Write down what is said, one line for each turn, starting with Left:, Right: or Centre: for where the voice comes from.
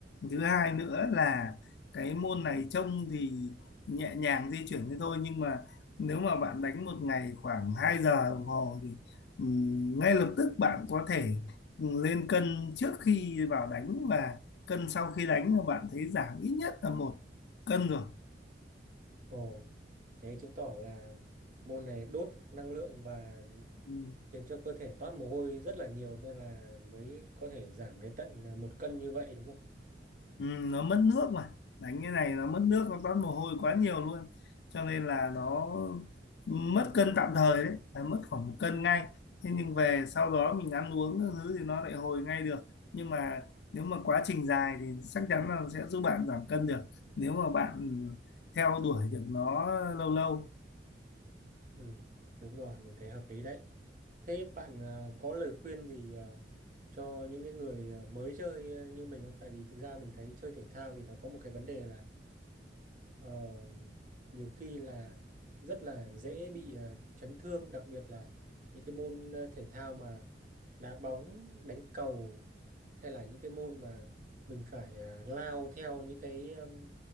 Left: thứ hai nữa là cái môn này trông thì nhẹ nhàng di chuyển thế thôi nhưng mà nếu mà bạn đánh một ngày khoảng 2 giờ đồng hồ thì ừm, ngay lập tức bạn có thể lên cân trước khi vào đánh và cân sau khi đánh là bạn thấy giảm ít nhất là một cân rồi
Right: Ồ, thế chứng tỏ là môn này đốt năng lượng và
Left: Ừ,
Right: khiến cho cơ thể toát mồ hôi rất là nhiều nên là mới có thể giảm đến tận một cân như vậy đúng
Left: Ừ, nó mất nước mà đánh
Right: không?
Left: cái này nó mất nước nó toát mồ hôi quá nhiều luôn cho nên là nó mất cân tạm thời đấy là mất khoảng một cân ngay thế nhưng về sau đó mình ăn uống các thứ thì nó lại hồi ngay được nhưng mà nếu mà quá trình dài thì chắc chắn là sẽ giúp bạn giảm cân được nếu mà bạn ừ, theo đuổi được nó lâu lâu
Right: Ừ, đúng rồi, mình thấy hợp lý đấy. Thế bạn à, có lời khuyên gì à, cho những cái người à, mới chơi à, như mình không? Tại vì thực ra mình thấy chơi thể thao thì nó có một cái vấn đề là Ờ, nhiều khi là rất là dễ bị ờ, chấn thương đặc biệt là những cái môn ờ, thể thao mà đá bóng đánh cầu hay là những cái môn mà mình phải ờ, lao theo những cái ừm,